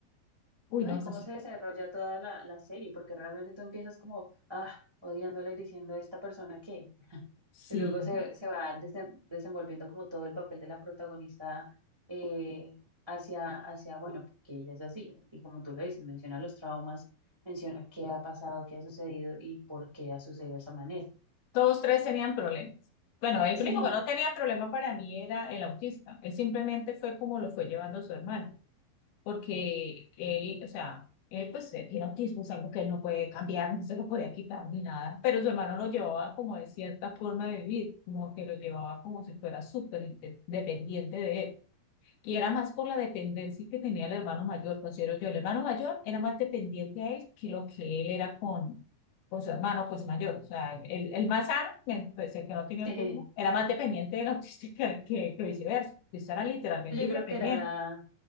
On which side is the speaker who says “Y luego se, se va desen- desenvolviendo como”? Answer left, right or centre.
Right